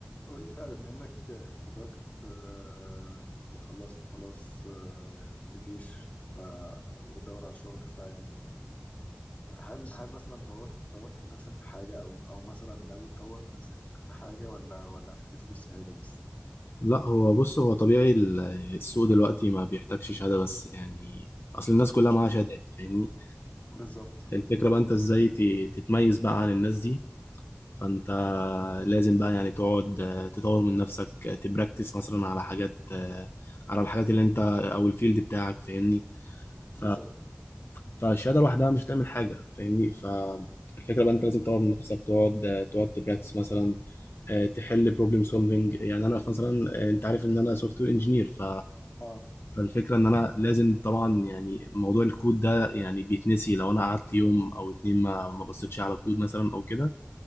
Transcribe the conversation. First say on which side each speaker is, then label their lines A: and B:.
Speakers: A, on the left; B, on the left.
A: قول لي بقى بما انك اتخرجت آه، وخلصت خلاص آه، الجيش ف وبتدور على شغل فيعني هل هل مثلا طورت طورت من نفسك في حاجة او او مثلا ناوي تطور من نفسك في حاجة ولا ولا هتكتفي بالشهادة بس؟
B: لا هو بص هو طبيعي ال- السوق دلوقتي ما بيحتاجش شهادة بس يعني أصل الناس كلها معاها شهادات فاهمني
A: بالظبط
B: فالفكرة بقى أنت إزاي ت- تتميز بقى عن الناس دي فأنت لازم بقى يعني تقعد آه، تطور من نفسك آه، تبراكتس مثلا على حاجات آه، على الحاجات اللي أنت أو الفيلد بتاعك فاهمني ف
A: بالظبط
B: فالشهادة لوحدها مش هتعمل حاجة فاهمني فالفكرة بقى أنت لازم تطور من نفسك تقعد آه، تقعد تبراكتس مثلا آه، تحل بروبلم سولفنج يعني انا مثلا آه، انت عارف ان انا سوفت وير انجينير ف
A: اه
B: فالفكره ان انا لازم طبعا يعني موضوع الكود ده يعني بيتنسي لو انا قعدت يوم او اتنين ما ما بصيتش على كود مثلا او كده